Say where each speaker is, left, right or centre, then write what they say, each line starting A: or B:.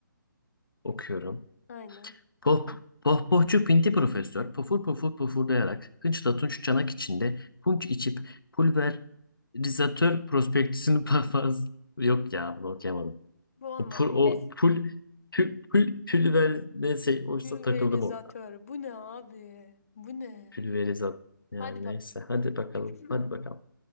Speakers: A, on the left; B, on the left.
A: Okuyorum.
B: Aynen.
A: Poh, pohpohçu pinti profesör pofur pofur pofurdayarak hınçla tunç çanak içinde punç içip pulverizatör prospektüsünü <laughs> papaz... Yok ya bunu okuyamadım.
B: Bu olmadı.
A: O, pul, o
B: Pes.
A: pul, pul, pul, pulver neyse oysa
B: Pulverizatör.
A: takıldım orada.
B: Bu ne abi? Bu ne?
A: Pülverizat. Yani
B: Hadi bakayım.
A: neyse. Hadi
B: <clears throat>
A: bakalım. Hadi bakalım.